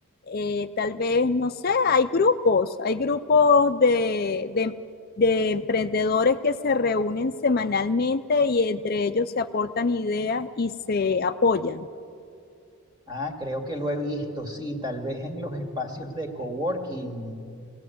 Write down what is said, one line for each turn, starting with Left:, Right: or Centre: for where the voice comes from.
Left: eh, tal vez, no sé, hay grupos, hay grupos de, de, de emprendedores que se reúnen semanalmente y entre ellos se aportan ideas y se apoyan.
Right: Ah, creo que lo he visto, sí, tal vez en los espacios de coworking.